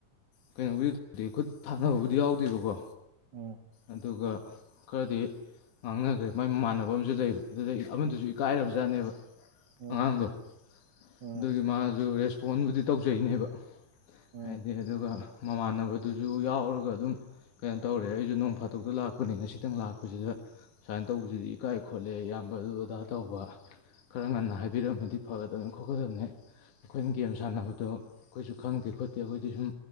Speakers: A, on the left; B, on the right.
A: ꯀꯩꯅꯣꯕꯨꯗꯤ <inaudible> ꯈꯨꯠ ꯊꯥꯅꯕꯕꯨꯗꯤ ꯌꯥꯎꯗꯦꯕꯀꯣ
B: ꯎꯝ
A: ꯑꯗꯨꯒ ꯈꯔꯗꯤ ꯉꯥꯡꯅꯒ꯭ꯔꯦ ꯃꯥꯏ ꯃꯃꯥꯟꯅꯕ ꯑꯃꯖꯨ ꯂꯩꯕ ꯑꯗꯨꯗꯩ ꯑꯃꯗꯨꯖꯨ ꯏꯀꯥꯏꯔꯕꯖꯥꯅꯦꯕ
B: ꯎꯝ
A: ꯑꯉꯥꯡꯗꯣ
B: ꯎꯝ
A: ꯑꯗꯨꯒꯤ ꯃꯥꯖꯨ ꯔꯦꯁꯄꯣꯟꯕꯨꯗꯤ ꯇꯧꯖꯩꯅꯦꯕ
B: ꯎꯝ
A: ꯍꯥꯏꯗꯤ
B: ꯎꯝ
A: ꯑꯗꯨꯒ ꯃꯃꯥꯟꯅꯕ ꯑꯗꯨꯖꯨ ꯌꯥꯎꯔꯒ ꯑꯗꯨꯝ ꯀꯩꯅꯣ ꯇꯧꯔꯦ ꯑꯩꯖꯨ ꯅꯣꯡ ꯐꯥꯇꯣꯛꯇ ꯂꯥꯛꯄꯅꯦ ꯉꯁꯤꯇꯪ ꯂꯥꯛꯄꯖꯤꯗ ꯁꯥꯏꯟ ꯇꯧꯕꯖꯤꯗꯤ ꯏꯀꯥꯏ ꯈꯣꯠꯂꯦ ꯏꯌꯥꯝꯕ ꯑꯗꯨ ꯑꯗꯥ ꯇꯧꯕ ꯈꯔ ꯉꯟꯅ ꯍꯥꯏꯕꯤꯔꯝꯃꯗꯤ ꯐꯒꯗꯝꯅꯤ ꯈꯣꯠꯀꯗꯝꯅꯦ ꯑꯩꯈꯣꯏꯅ ꯒꯦꯝ ꯁꯥꯟꯅꯕꯗꯣ ꯑꯩꯈꯣꯏꯁꯨ ꯈꯪꯗꯦ ꯈꯣꯠꯇꯦ ꯑꯩꯈꯣꯏꯗꯤ ꯁꯨꯝ